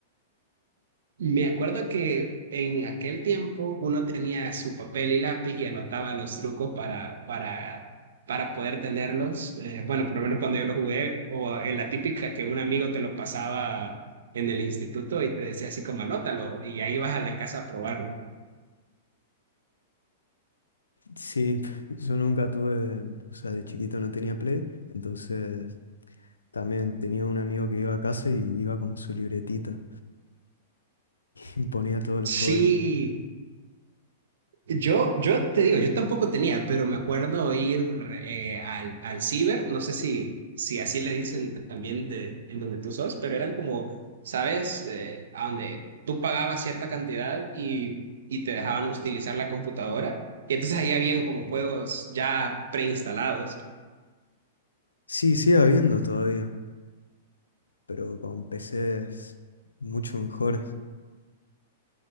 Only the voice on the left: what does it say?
Sí, <laughs> yo nunca tuve, o sea, de chiquito no tenía Play, entonces también tenía un amigo que iba a casa y iba con su libretita y <laughs> ponía todos los
códigos.
Sí, sigue habiendo todavía, pero con PCs mucho mejores.